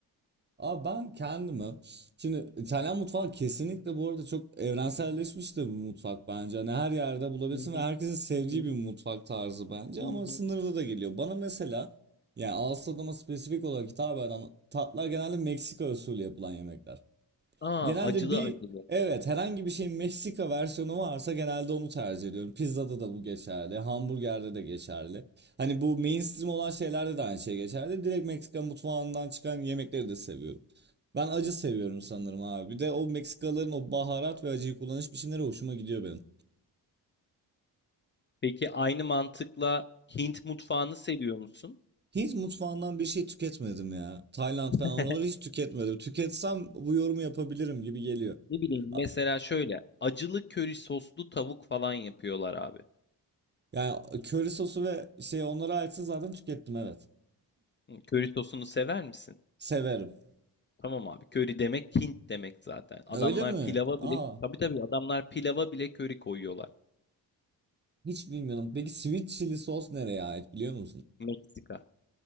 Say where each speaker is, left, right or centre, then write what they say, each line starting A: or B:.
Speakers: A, on the right; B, on the left.
A: Abi ben kendimi şimdi İtalyan mutfağı kesinlikle bu arada çok evrenselleşmiş de bir mutfak bence. Hani her yerde bulabilirsin
B: Hı hı,
A: ve herkesin sevdiği
B: hı
A: bir
B: hı,
A: mutfak tarzı bence
B: hı
A: ama
B: hı.
A: sınırlı da geliyor. Bana mesela yani ağız tadıma spesifik olarak hitap eden tatlar genelde Meksika usulü yapılan yemekler.
B: Aa,
A: Genelde
B: acılı
A: bir
B: acılı.
A: evet herhangi bir şeyin Meksika versiyonu varsa genelde onu tercih ediyorum. Pizzada da bu geçerli, hamburgerde de geçerli. Hani bu mainstream olan şeylerde de aynı şey geçerli. Direkt Meksika mutfağından çıkan yemekleri de seviyorum. Ben acı seviyorum sanırım abi. Bir de o Meksikaların o baharat ve acıyı kullanış biçimleri hoşuma gidiyor benim.
B: Peki aynı mantıkla Hint mutfağını seviyor musun?
A: Hint mutfağından bir şey tüketmedim ya. Tayland
B: <laughs>
A: falan oraları hiç tüketmedim. Tüketsem bu yorumu yapabilirim gibi geliyor.
B: Ne bileyim
A: A-
B: mesela şöyle acılı köri soslu tavuk falan yapıyorlar abi.
A: Yani köri sosu ve şey onlara aitse zaten tükettim evet.
B: Hı, Köri sosunu sever misin?
A: Severim.
B: Tamam abi. Köri demek Hint demek zaten. Adamlar
A: Öyle mi?
B: pilava
A: Aa,
B: bile tabii tabii adamlar pilava bile köri koyuyorlar.
A: hiç bilmiyorum. Peki sweet chili sos nereye ait biliyor musun?
B: Meksika.